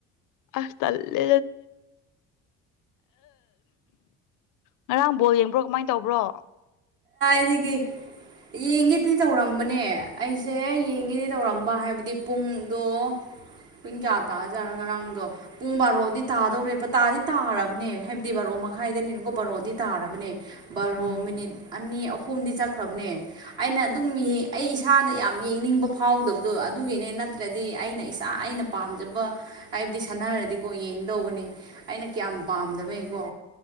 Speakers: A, on the left; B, on the right.
A: ꯑꯁ ꯇꯂꯦ ꯉꯔꯥꯡ ꯕꯣꯜ ꯌꯦꯡꯕ꯭ꯔꯣ ꯀꯃꯥꯏꯅ ꯇꯧꯕ꯭ꯔꯣ
B: ꯏꯅꯤꯒꯤ ꯌꯦꯡꯒꯦꯗꯤ ꯇꯧꯔꯝꯕꯅꯦ ꯑꯩꯁꯦ ꯌꯦꯡꯒꯦꯗꯤ ꯇꯧꯔꯝꯕ ꯍꯥꯏꯕꯗꯤ ꯄꯨꯡꯗꯣ ꯄꯨꯡ ꯀꯌꯥ ꯇꯥꯖꯥꯔ ꯉꯔꯥꯡꯗꯣ ꯄꯨꯡ ꯕꯥꯔꯣꯗꯤ ꯇꯥꯗꯧꯔꯦ ꯇꯥꯗꯤ ꯇꯥꯔꯕꯅꯦ ꯍꯥꯏꯕꯗꯤ ꯕꯥꯔꯣ ꯄꯨꯡ ꯃꯈꯥꯏꯗꯅꯤꯅꯀꯣ ꯕꯥꯔꯣꯗꯤ ꯇꯥꯔꯕꯅꯦ ꯕꯥꯔꯣ
A: ꯎꯝ
B: ꯃꯤꯅꯤꯠ ꯑꯅꯤ ꯑꯍꯨꯝꯗꯤ ꯆꯠꯈ꯭ꯔꯕꯅꯦ ꯑꯩꯅ ꯑꯗꯨꯝ ꯑꯩ ꯏꯁꯥꯗ ꯌꯥꯝ ꯌꯦꯡꯅꯤꯡꯕ ꯐꯥꯎꯗꯕꯗꯣ ꯑꯗꯨ ꯒꯤꯅꯦ ꯅꯠꯇ꯭ꯔꯗꯤ ꯑꯩꯅ ꯏꯁꯥ ꯑꯩꯅ ꯄꯥꯝꯖꯕ ꯍꯥꯏꯕꯗꯤ ꯁꯥꯟꯅꯔꯗꯤꯀꯣ ꯌꯦꯡꯗꯧꯕꯅꯦ ꯑꯩꯅ ꯀꯌꯥꯝ ꯄꯥꯝꯗꯕꯅꯤꯀꯣ